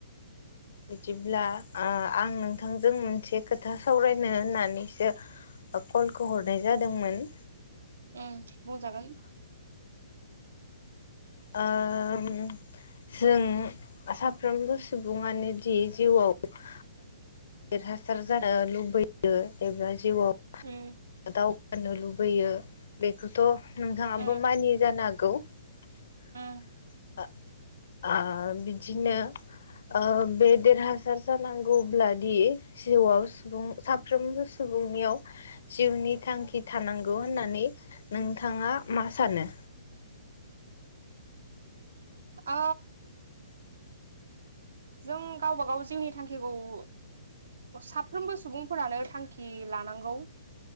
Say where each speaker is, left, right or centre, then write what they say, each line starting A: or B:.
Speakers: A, on the left; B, on the right.
A: बिदिब्ला ओ आं नोंथांजों मोनसे खोथा सावरायनो होननानैसो कलखौ हरनाय जादोंमोन।
B: उम बुंजागोन
A: ओम जों साफ्रोमबो सुबुङानो दि जिउआव देरहासार जानो लुबैयो एबा जिउआव
B: उम
A: दाव गानो लुबैयो बेखौथ' नोंथाङाबो
B: उम
A: मानियो‌ जानो हागौ ओ
B: उम
A: ओ बिदिनो ओ बे देरहासार जानांगौब्लादि जिउआव सुबुं साफ्रोमबो सु बुंनियाव जिउनि थांखि थानांगौ होननानै नोंथाङा मा सानो
B: आ जों गावबा गाव जिउनि थांखिखौ साफ्रोमबो सुबुंफोरानो थांखि लानांगौ